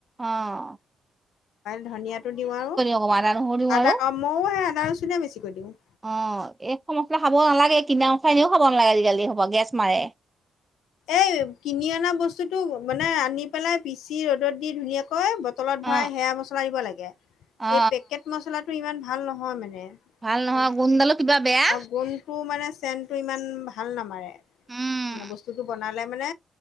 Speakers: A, on the right; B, on the left.
A: অঁ
B: ধনিয়টো দিওঁ আৰু
A: অকমান আদা নহৰু দিওঁ
B: আদা
A: আৰু
B: অ ময়ো সেই আদা ৰচুনে বেছিকৈ দিওঁ
A: অ এই মছলা খাব নালাগে কিনা মছলা এনেও খাব নালাগে আজিকালি চব গেছ মাৰে
B: এই কিনি অনা বস্তুটো মানে আনি পেলাই পিচি ৰ'দত দি ধুনীয়াাকৈ কৈ বটলত
A: অ
B: ভৰাই সেয়া মছলা দিব লাগে
A: অ অ
B: এই পেকেট মচলাটো ইমান ভাল নহয় মানে
A: ভাল নহয়
B: মানে
A: গোন্ডালো <unintelligible> কিবা বেয়া
B: আৰু গোন্ধটো মানে চেনটো ইমান ভাল নামাৰে
A: উম
B: মানে বস্তুতটো বনালে মানে